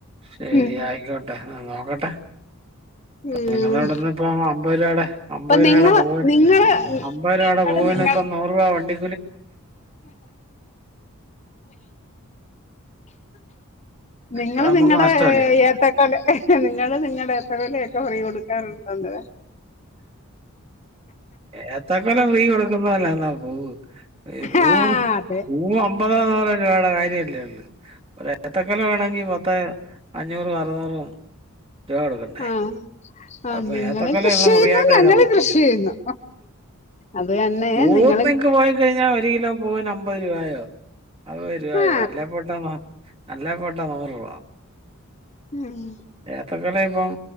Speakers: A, on the right; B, on the left.
A: ശരി
B: ഉം
A: ആയിക്കോട്ടെ ഇന്നാ നോക്കെട്ടെ
B: ഉം
A: നിങ്ങെളെ അവ്ട്ന്ന് ഇപ്പം മ്പെയ് രൂപയുടെ അമ്പെയ്
B: അപ്പൊ നിങ്ങള്
A: രൂപയുടെ പൂവിന്
B: നിങ്ങള്
A: അമ്പെയ് രൂപയുടെ
B: നിങ്ങള്
A: പൂവിന്
B: നിങ്ങ
A: ഇപ്പം നൂറ് രൂപ വണ്ടി
B: നിങ്ങള്
A: അത് നമ്മുക്ക്
B: നിങ്ങളുടെ
A: നഷ്ടമല്ലേ
B: ഏത്തക്കൊല നിങ്ങ നിങ്ങളുടെ ഏത്തക്കൊല ഇക്ക ഫ്രീ കൊടുക്കാറുണ്ടോ അന്നേരം-
A: ഏത്തക്കൊല ഫ്രീ കൊടുക്കുന്നപോലാന്നോ പൂവ്-
B: ആ
A: ൂ
B: അതെ
A: പൂ അമ്പതാന്ന്ല രൂപയുടെ കാര്യല്ലേള്ള <unintelligible> ഏത്തക്കൊല വേണമെങ്കിൽ പത്ത് അഞ്ഞൂറും അറുന്നൂറും രൂപ കൊടുക്കണ്ടേ-
B: ആ ആ
A: അപ്പൊ
B: നിങ്ങളും
A: ഏത്തക്കൊല
B: കൃഷി
A: ഇപ്പം
B: ചെയ്യുന്നു
A: ഫ്രീ ആയിട്ട്
B: ഞങ്ങളും
A: തരാൻ പറ്റൂ
B: കൃഷി ചെയ്യുന്നു അത് തന്നെയ
A: പൂവ്
B: നിങ്ങ
A: നിങ്ങക്ക് പോയി കഴിഞ്ഞാൽ ഒരു കിലോ പൂവിന് അമ്പത് രൂപയോ- അത് വരുപോ
B: ആ
A: നല്ല പോട്ട ന നല്ല പോട്ട നൂറ് രൂപ <unintelligible>
B: <unintelligible>
A: ഏത്തക്കൊല ഇപ്പം